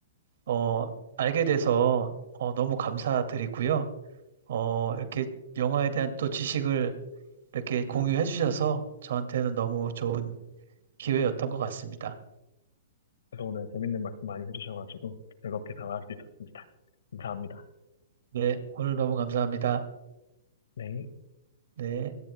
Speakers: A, on the right (about 70°); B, on the left (about 75°).
A: 어, 알게 돼서, 어, 너무 감사드리고요. 어, 이렇게 영화에 대한 또 지식을 이렇게 공유해 주셔서 저한테는 너무 좋은 기회였던 것 같습니다.
B: 그래서 오늘 재밌는 말씀 많이 해주셔가지고 즐겁게 대화할 수 있었습니다. 감사합니다.
A: 네, 오늘 너무 감사합니다.
B: 네.
A: 네.